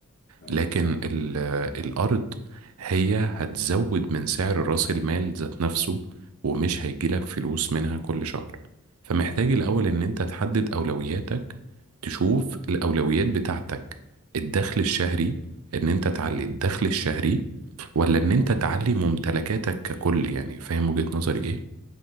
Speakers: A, on the left (about 50°); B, on the right (about 75°).
A: تمام
B: لكن
A: صح
B: ال- الأرض هي هتزود من سعر رأس المال ذات نفسه ومش هيجيلك فلوس منها كل شهر فمحتاج الأول إن أنت تحدد أولوياتك تشوف الأولويات بتاعتك الدخل الشهري إن أنت تعلي الدخل الشهري ولا إن
A: اه
B: أنت تعلي ممتلكاتك ككل يعني فاهم وجهة نظري إيه؟